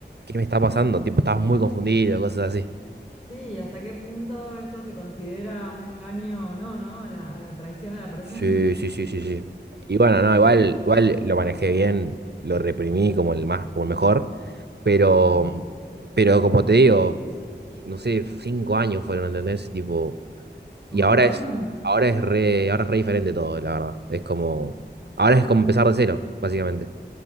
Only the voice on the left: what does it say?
Sí, ¿hasta qué punto esto se considera un engaño o no, no? A la, a la traición a la persona.
<laughs>
Sí,
sí,
claro.
Un
montón.